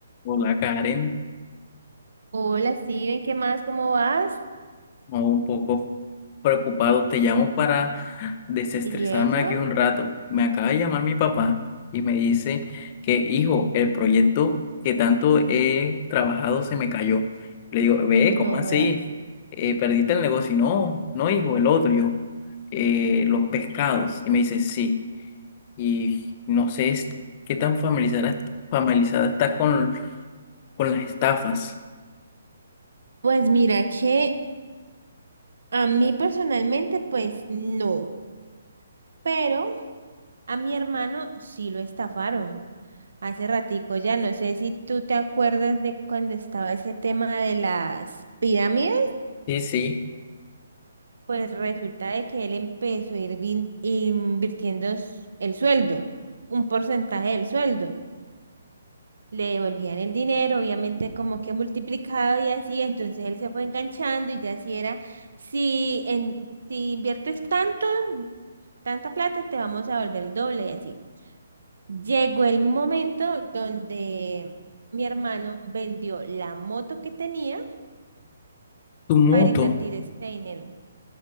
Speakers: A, on the left; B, on the right.
A: Hola Karen,
B: Hola, Steven, ¿qué más? ¿Cómo vas?
A: No, un poco preocupado. Te llamo para desestresarme
B: ¿Y eso?
A: aquí un rato. Me acaba de llamar mi papá y me dice que, hijo, el proyecto que tanto he trabajado se me cayó. Le digo, ve,
B: No
A: ¿cómo así?
B: jodas.
A: Eh, ¿perdiste el negocio? Y, No, no, hijo, el otro. Y Yo, "Eh, los pescados. Y me dice, sí. Y no sé es- qué tan familiarizada, familiarizada está con, con las estafas.
B: Pues mira que a mí personalmente, pues no, pero a mi hermano sí lo estafaron. Hace ratico ya, no sé si tú te acuerdas de cuando estaba ese tema de las pirámides,
A: Sí, sí,
B: pues resulta de que él empezó a ir vin- invirtiendo s- el sueldo, un porcentaje del sueldo. le devolvían el dinero, obviamente como que multiplicado y así, entonces él se fue enganchando y ya así era, si, en, si inviertes tanto, tanta plata, te vamos a volver el doble y así. Llegó el momento donde mi hermano vendió la moto que tenía
A: tu moto,
B: para invertir ese dinero.